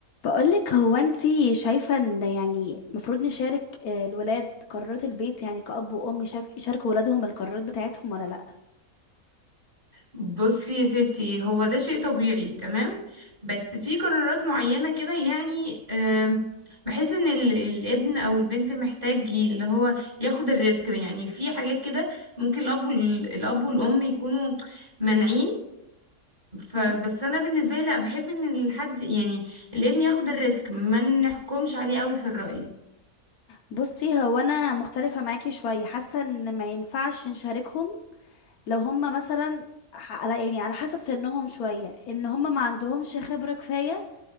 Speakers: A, on the left; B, on the right.
A: بقولك هو انتي شايفة ان يعني مفروض نشارك آه، الولاد قرارات البيت يعني كأب وأم يشارك- يشاركوا ولادهم القرارات بتاعتهم ولا لأ
B: بصي يا ستي هو ده شيء طبيعي تمام بس في قرارات معينة كده يعني آم، بحس ان ال- الابن او البنت محتاج ي- اللي هو ياخد الريسك يعني في حاجات كده ممكن الاب وال- الاب والام يكونوا مانعين
A: اوكي
B: فبس انا بالنسبة لي لا بحب ان الحد يعني الابن ياخد الريسك ما نحكمش عليه قوي في الرأي
A: بصي هو انا مختلفة معاكي شوية حاسة ان ما ينفعش نشاركهم لو هم مثلا ح- على يعني على حسب سنهم شوية ان هم ما عندهمش خبرة كفاية